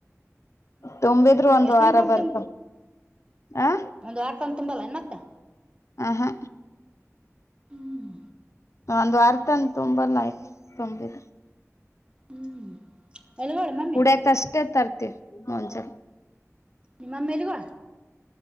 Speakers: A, on the right; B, on the left.
A: ಹ್ಮ್
B: ತುಂಬಿದ್ರು ಒಂದೂ
A: ಎಷ್ಟ ದಿನಕ್ಕೊಮ್ಮೆ
B: ವಾರ ಬರ್ತಾವ ಆ
A: ಒಂದು ವಾರತನ ತುಂಬಲ್ಲ ಏನ್ ಮತ್ತೆ
B: ಹಾ ಹಾ
A: ಹ್ಮ್
B: ಒಂದು ವಾರತನ ತುಂಬಲ್ಲಿ ಆಯಿತು ತುಂಬಿದೆ.
A: ಹ್ಮ್ ಎಲ್ಲಿಗೋಳಿ ಮಮ್ಮಿ
B: ಕುಡಿಯಕ್ ಅಷ್ಟೇ ತರ್ತಿವಿ ಒಂದ್ಸಲ್
A: ನಿಮ್ಮ ಅಮ್ಮ ಇಲ್ವಾ.